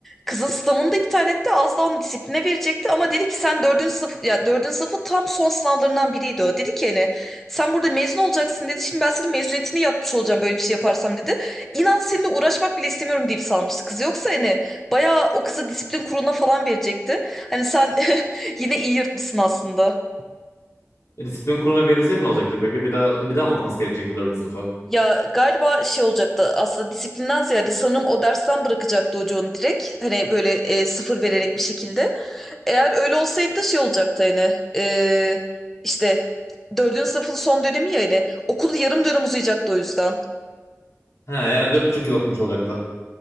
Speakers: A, in the centre; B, on the left (about 70°).
A: Kızın sınavını da iptal etti. Az daha onu disipline verecekti ama dedi ki sen dördüncü sınıf ya dördüncü sınıfı tam son sınavlarından biriydi o. Dedi ki hani sen burada mezun olacaksın dedi. Şimdi ben senin mezuniyetini yapmış olacağım böyle bir şey yaparsam dedi. İnan seninle uğraşmak bile istemiyorum deyip salmıştı kız. Yoksa hani bayağı o kızı disiplin kuruluna falan verecekti. Hani sen <laughs> yine iyi yırtmışsın aslında.
B: E, disiplin kuruluna verilseydi ne olacaktı peki? Bir daha bir daha mı okuması gerekecekti dördüncü sınıfa?
A: Ya galiba şey olacaktı aslında disiplinden ziyade sanırım o dersten bırakacaktı hocanın direkt. Hani böyle e, sıfır vererek bir şekilde. Eğer öyle olsaydı da şey olacaktı hani e, işte dördüncü sınıfın son dönemi ya hani okulu yarım dönem uzayacaktı o yüzden.
B: Ha yani 4,5 yıl okumuş olacaktı.